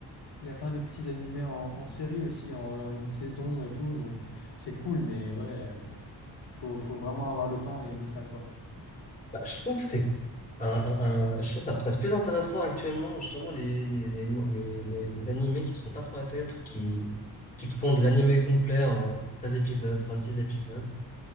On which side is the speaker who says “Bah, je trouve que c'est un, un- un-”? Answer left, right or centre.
Left